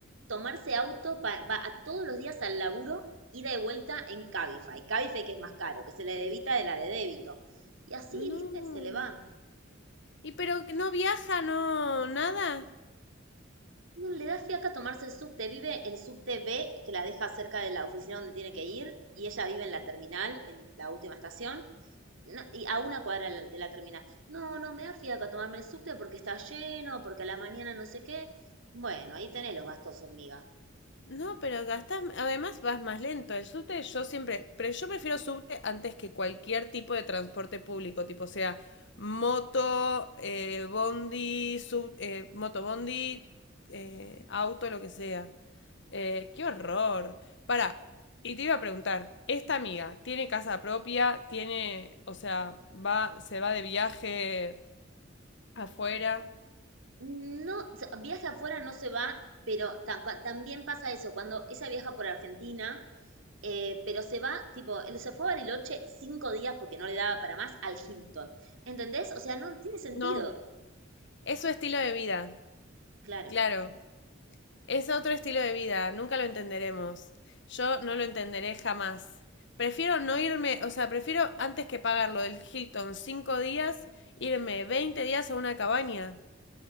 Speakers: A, on the right; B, on the left.
A: tomarse auto pa- va a todos los días al laburo, ida y vuelta en Cabify. Cabify que es más caro, que se le debita de la de débito. Y así,
B: No.
A: viste, se le va.
B: ¿Y pero que no viaja, no, nada?
A: No le da fiaca tomarse el subte. Vive el subte B, que la deja cerca de la oficina donde tiene que ir, y ella vive en la terminal, en la última estación. No, y a una cuadra de la de la terminal. No, no, me da fiaca tomarme el subte porque está lleno, porque a la mañana no sé qué. Bueno, ahí tenés los gastos hormiga.
B: No, pero gastas, además vas más lento. El subte yo siempre, pero yo prefiero subte antes que cualquier tipo de transporte público, tipo sea moto, eh, bondi, sub, eh, moto bondi, eh, auto, lo que sea. Eh, qué horror. Para, y te iba a preguntar, ¿esta amiga tiene casa propia? ¿Tiene, o sea, va, se va de viaje afuera?
A: No, o sea, viaje afuera no se va, pero ta- cua- también pasa eso, cuando ella viaja por Argentina, eh, pero se va, tipo, él se fue a Bariloche cinco días porque no le daba para más al Hilton. ¿Entendés? O sea, no tiene sentido.
B: No, es su estilo de vida,
A: Claro.
B: claro. Es otro estilo de vida, nunca lo entenderemos. Yo no lo entenderé jamás. Prefiero no irme, o sea, prefiero antes que pagar lo del Hilton cinco días, irme 20 días a una cabaña.